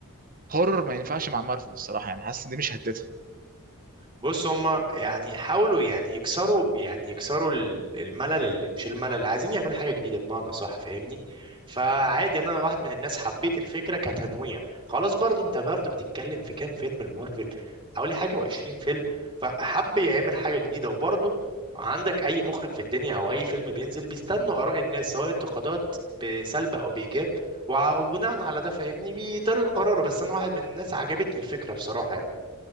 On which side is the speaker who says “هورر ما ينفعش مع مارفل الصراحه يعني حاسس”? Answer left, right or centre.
Right